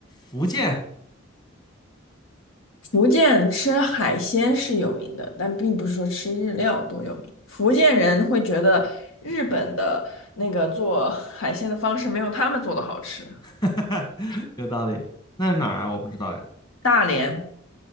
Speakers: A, on the left (about 20°); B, on the left (about 80°).
A: 福建
B: 福建吃海鲜是有名的，但并不是说吃日料多有名。福建人会觉得日本的那个做海鲜的方式没有他们做的好吃。
A: <laughs>，有道理。那是哪儿啊？我不知道哎。
B: 大连，